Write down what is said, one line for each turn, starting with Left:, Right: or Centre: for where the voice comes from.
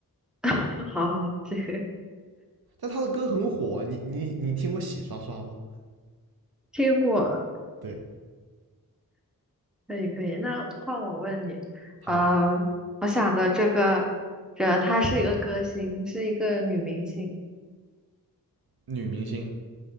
Centre: <laughs> 好好，行，
Right: 但他的歌很火啊，你你你听过洗刷刷吗？
Centre: 听过，
Right: 对，
Centre: 可以可以。那换我问你，
Right: 好，
Centre: 呃，我想的这个人，她是一个歌星，是一个女明星。
Right: 女明星，